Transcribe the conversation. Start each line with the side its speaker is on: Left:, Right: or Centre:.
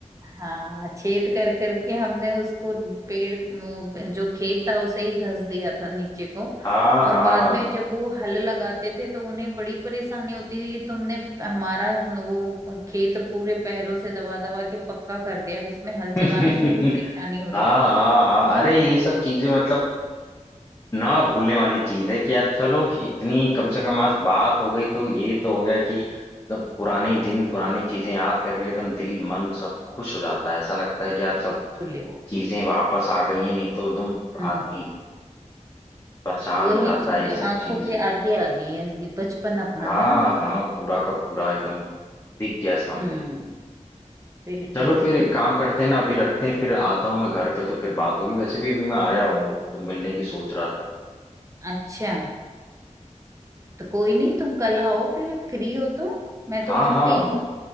Right: हाँ छेद कर करके हमने उसको पेड़ म, जो खेत था उसे ही धंस दिया था नीचे को
Left: हाँ
Right: और
Left: हाँ
Right: बाद में जब वो हल लगाते थे तो उन्हें बड़ी परेशानी होती थी कि तुमने हमारा वो खेत पूरे पैरों से दबा दबा के पक्का कर दिया अब इसमें हल चलाने
Left: <laughs>
Right: में भी परेशानी
Left: हाँ
Right: हो रही
Left: हाँ हाँ हाँ
Right: है ना
Left: अरे ये सब चीजें मतलब ना भूलने वाली चीज है कि यार चलो इतनी कम से कम आज बात हो गई तो ये तो हो गया कि मतलब पुराने दिन पुरानी चीजें याद करके एकदम दिल मन सब खुश हो जाता है ऐसा लगता है कि यार सब
Right: बिल्कुल यार
Left: चीजें वापस आ गई हैं नहीं तो एकदम
Right: हम्म
Left: आदमी परेशान
Right: वही
Left: हो जाता
Right: चीजें
Left: है ये सब
Right: आंखों
Left: चीज
Right: के
Left: में
Right: आगे आ गई हैं ये बचपन अपना
Left: हाँ
Right: है ना
Left: हाँ पूरा का पूरा एकदम दिख गया सामने
Right: हम्म बिल्कुल
Left: चलो फिर एक काम करते हैं ना अभी रखते हैं फिर आता हूँ मैं घर पे तो फिर बात होगी वैसे भी अभी मैं आया हूँ तो मिलने की सोच रहा था
Right: अच्छा तो कोई नहीं तुम कल आओ फिर फ्री हो तो मैं तो
Left: हाँ
Right: घर
Left: हाँ
Right: पे ही हूँ